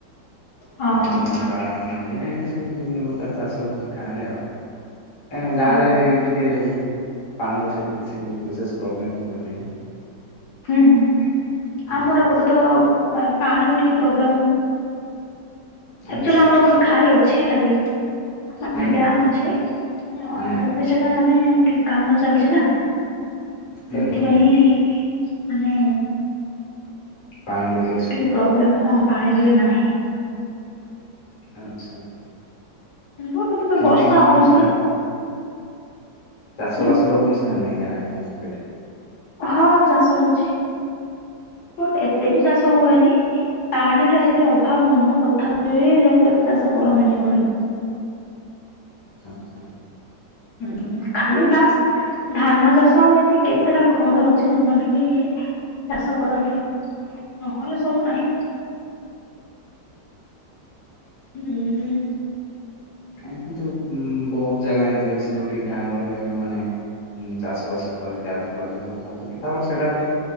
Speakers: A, on the left; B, on the left.
A: ହଁ
B: ତାପରେ ମକା ମା ଏ ଏମିତି ସବୁ ବିଭିନ୍ନ ପ୍ରକାର ଚାଷ ହୁଏ। ଗାଁରେ ଆଉ କାହିଁକ ନା ଗାଁରେ
A: ହଁ
B: ଟିକେ ପାଣିର ସେତିକି କିଛି ବିଶେଷ ପ୍ରୋବ୍ଲେମ୍ ହୁଏ ନାହିଁ।
A: ହୁଁ ହୁଁ ଆମର
B: ନା।
A: ଏପଟେ ତ ପାଣି ଟିକେ ପ୍ରୋବ୍ଲେମ୍। ଆକଚୁଆଲି
B: ଆଚ୍ଛା
A: ଆମର ଗୋଟେ ଘାଇ ଅଛି ହେଲାକି ମାନେ
B: ହୁଁ
A: ଡ୍ୟାମ୍ ଅଛି ଆ
B: ହୁଁ
A: ଏ ସେଟା ମାନେ ଟିକେ କାମ ଚାଲିଛି ନା
B: ହୁଁ
A: ସେଥିପାଇଁ।
B: ହୁଁ
A: ଆମେ
B: ପାଣିର ଅସୁବିଧା
A: ଟିକେ ପ୍ରୋବ୍ଲେମ ହଁ ପାଣି ଟିକେ ନାହିଁ।
B: ଆଚ୍ଛା ଆଚ୍ଛା
A: <unintelligible> ତ
B: କେମିତି
A: ବର୍ଷା
B: କଣ
A: ହଉଛି।
B: ଚାଲ ଚାଷ
A: ହୁଁ
B: ବାସ ହଉଛି। ନା ନାହିଁ ଗାଁରେ ତମର ସେଠି?
A: ହଁ ଚାଷ ହଉଛି। ବଟ୍ ଏତେ ବି ଚାଷ ହୁଏନି ପାଣି ଟା ଏତେ ଅଭାବ ନୁହଁ ତଥାପି ଲୋକ ଏତେ ଚାଷ କରନ୍ତିନି ଏପଟେ।
B: ହ <inaudible>
A: ହୁଁ। ଖାଲି ବାସ୍ ଧାନ ଚାଷ ଆଉ ଏମତି କେତେଟା ଘର ଅଛି ଯେଉଁମାନେ ବି ଚାଷ କରନ୍ତି ନହେଲେ ସବୁ ନାହିଁ ହୁଁ।
B: କାଇଁ କିନ୍ତୁ ବହୁତ ଜାଗା ଏମିତି ଅଛି ଯୋଉଠି ଗାଁ ଗହଳିରେ ମାନେ ଚାଷ ବାସ କରିକି ଆଜି ପର୍ଯ୍ୟନ୍ତ ତାଙ୍କ କି ତାପରେ ସେଇଟା ବି